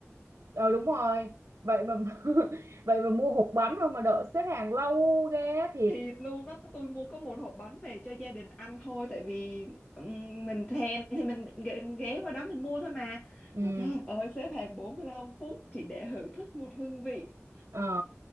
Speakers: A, on the right; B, on the left.
A: ờ đúng rồi vậy mà <laughs> vậy mà mua hộp bánh không mà đợi xếp hàng lâu ghê thiệt
B: thịt luôn đó. Tôi mua có một hộp bánh về cho gia đình ăn thôi. Tại vì ừm, mình thèm thì mình ghé ghé qua đó mình mua thôi mà.
A: ừ,
B: Mà trời ơi, xếp hàng 45 phút chỉ để hưởng thức một hương vị.
A: ờ,